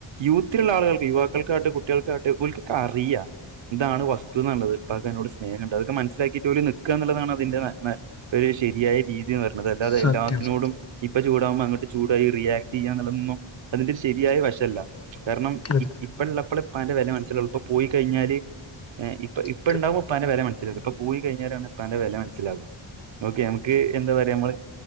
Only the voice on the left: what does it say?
സത്യം
സത്യം
അതെ അതെ
സത്യം